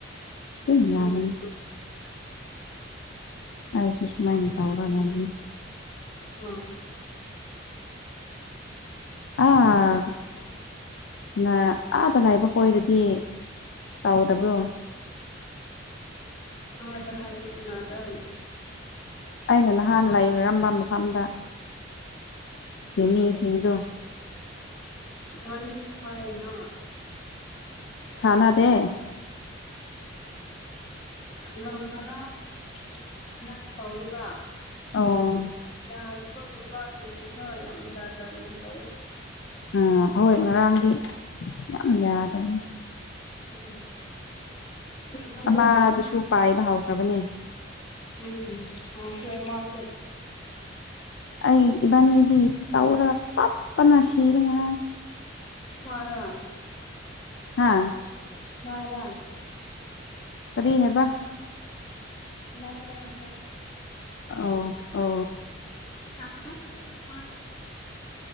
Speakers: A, on the left; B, on the left.
A: ꯑꯗꯨꯝ ꯌꯥꯒꯅꯤ
B: ꯎꯝ
A: ꯑꯩꯁꯨ ꯁꯨꯃꯥꯏꯅ ꯇꯧꯔ ꯂꯩꯒꯅꯤ
B: ꯑꯥ
A: ꯑꯥ ꯃꯥ ꯑꯥꯗ ꯂꯥꯛꯏꯕ ꯍꯣꯏ ꯑꯗꯨꯗꯤ ꯇꯥꯎꯒꯗꯕ꯭ꯔꯣ
B: ꯑꯗ ꯍꯔ ꯀꯅꯥꯗ
A: ꯑꯩꯅ ꯅꯍꯥꯟ ꯂꯩꯔꯔꯝꯕ ꯃꯐꯝꯗ ꯌꯦꯃꯤꯁꯤꯡꯗꯨꯣ
B: ꯃꯥꯁꯨꯄꯥꯥꯏꯅ
A: ꯁꯅꯥꯗ
B: ꯎ ꯅꯪ ꯈꯔ ꯁꯅꯪꯉꯦ ꯇꯧꯔꯤꯕ
A: ꯑꯣ
B: ꯌꯥꯗꯅ ꯎꯕ ꯀꯔꯤ ꯀꯨꯔꯤꯅꯣ ꯌꯥꯝ ꯆꯖꯥ ꯆꯥ ꯌꯥꯝ ꯇꯧꯋꯦ
A: ꯎ ꯍꯣꯏ ꯉꯔꯥꯡꯗꯤ ꯌꯥꯝ ꯌꯥꯗꯕꯅꯤ
B: ꯎꯝ ꯅꯨꯄꯤ ꯑꯃꯗꯣ
A: ꯑꯃꯗꯨꯁꯨ ꯄꯥꯏꯕ ꯍꯧꯈ꯭ꯔꯕꯅꯦ
B: ꯎꯝ ꯑꯣ ꯐꯦ ꯃꯥꯦ
A: ꯑꯩ ꯏꯕꯥꯅꯤꯗꯤ ꯇꯧꯔꯒ ꯇꯞꯄꯅ ꯁꯤꯔꯤ ꯉꯔꯥꯡ
B: ꯍ
A: ꯍꯥ
B: ꯃꯔꯔ
A: ꯀꯔꯤ ꯍꯥꯏꯦꯕ
B: ꯃꯥꯔ ꯍꯥꯏ
A: ꯑ ꯑ
B: ꯌꯥꯝꯗ ꯐꯣꯏ ꯃꯥꯅꯦ